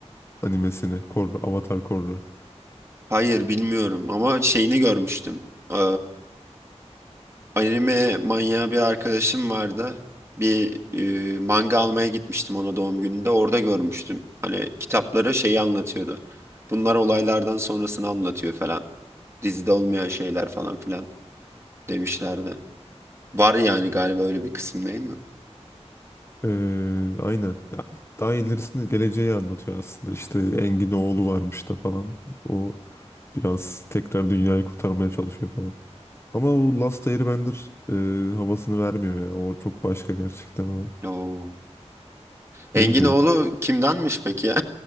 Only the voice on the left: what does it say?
animesini. Korra. Avatar Korra.
Ee, aynen. Ya, Daha ilerisinde geleceği anlatıyor aslında. İşte Engin oğlu varmış da falan. O biraz tekrar dünyayı kurtarmaya çalışıyor falan. Ama o Last Airbender e, havasını vermiyor ya. O çok başka gerçekten o.
Neydi?